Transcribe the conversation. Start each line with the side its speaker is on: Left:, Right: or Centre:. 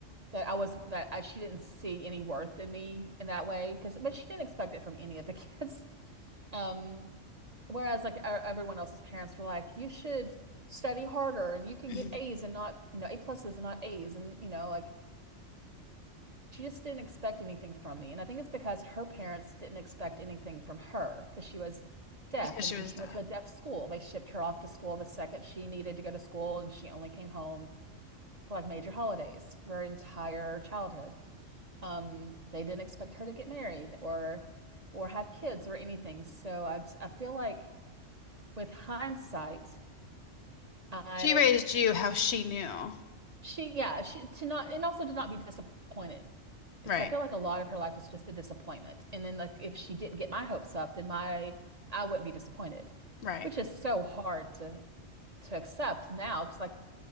Right: that I was that I, she didn't see any worth in me in that way because but she didn't expect it from any of the <laughs> kids. Um whereas like our, everyone else's parents were like, you should study harder and you can
Left: Mhm.
Right: get A's and not, you know, A pluses and not A's and you know like she just didn't expect anything from me. And I think it's because her parents didn't expect anything from her because she was deaf
Left: Because
Right: and
Left: she
Right: you
Left: was
Right: know, she
Left: deaf.
Right: went to a deaf school. They shipped her off to school the second she needed to go to school, and she only came home for like major holidays for her entire childhood. Um, they didn't expect her to get married or or have kids or anything. So I just, I feel like with hindsight, I
Left: She raised you how she knew.
Right: She, yeah, she to not and also to not be disappointed because
Left: Right.
Right: I feel like a lot of her life was just a disappointment. And then like if she didn't get my hopes up, then my I wouldn't be disappointed,
Left: Right.
Right: which is so hard to to accept now because like